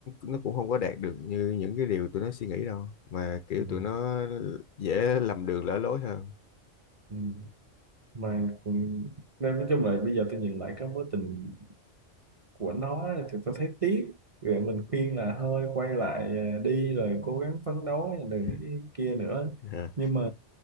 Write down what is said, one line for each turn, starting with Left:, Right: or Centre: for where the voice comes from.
Left: nó cũng không có đạt được như những cái điều tụi nó suy nghĩ đâu mà kiểu
Right: ừ,
Left: tụi nó dễ lầm đường lỡ lối hơn
Right: ừ. mà cũng nên nói chung là bây giờ tôi nhìn lại cái mối tình của nó thì tôi thấy tiếc rồi mình khuyên là thôi quay lại à, đi rồi cố gắng phấn đấu đừng
Left: <laughs>
Right: cái kia nữa
Left: yeah,
Right: nhưng mà